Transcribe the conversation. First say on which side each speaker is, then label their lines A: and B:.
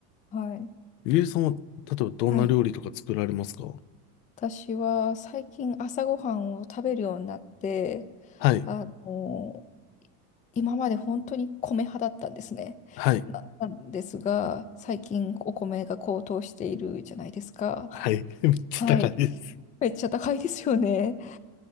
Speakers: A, on the left (about 20°); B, on the left (about 80°).
A: はい。
B: ゆりえさんは、例えばどんな料理とか作られますか
A: はい。私は最近朝ごはんを食べるようになって、
B: はい。
A: あの、今まで本当に米派だったんですね。
B: はい。
A: な、なんですが、最近お米が高騰しているじゃないですか。
B: はい。<laughs> めっちゃ高いです。
A: はい。めっちゃ高いですよね。